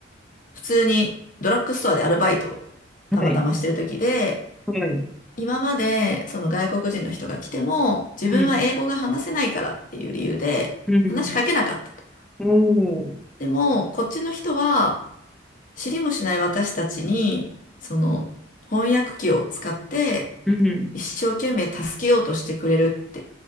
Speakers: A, on the left; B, in the centre.
A: 普通にドラッグストアでアルバイトをたまたましてる時で、
B: はい。はい。
A: 今までその外国人の人が来ても自分は英語が話せないからっていう理由で話しかけなかったと。
B: うん、うん、おー
A: でもこっちの人は知りもしない私たちにその翻訳機を使って
B: うん、
A: 一生懸命助けようとしてくれるって。